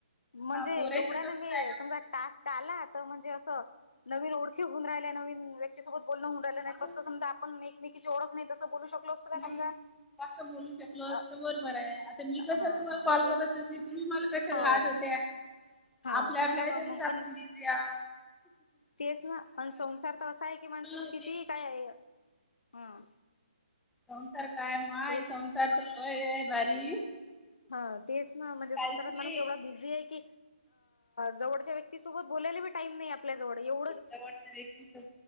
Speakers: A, on the left (about 60°); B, in the centre.
A: म्हणजे
B: पोरायचं
A: एवढं
B: तसंच
A: ना हे
B: आहे
A: समजा टास्क काला म्हणजे अस नवीन ओळखी होऊन राहिल्या नवीन व्यक्ती सोबत बोलणं होऊन राहील,
B: मग
A: नाही तर समजा आपण एकमेकीची ओळख नाही तस बोलू शकलो असतो का समजा
B: नाही जास्त बोलू शकलो
A: अ
B: असतो बरोबर आहे आता मी कशा
A: हा
B: तुम्हाला कॉल
A: तेच
B: <inaudible> तुम्ही मला कशालात
A: हो
B: कॉल करत होत्या
A: हा
B: आपल्या
A: सांगा
B: आपल्याच्या
A: बा मग पण
B: या
A: तेच ना प संसार तर असा आहे कि माणसाच
B: होते
A: कितीही काय आहे हम
B: संसार काय माय
A: तेच
B: संसार तर हाय भारी.
A: हा तेच ना म्हणजे
B: काहीच
A: संसारात
B: नाही
A: माणूस एवढा बिझी आहे की जवळच्या व्यक्तीसोबत बोलायला बी टाईम नाही आपल्याला आपल्या जवळ ऐ
B: जवळची व्यक्ती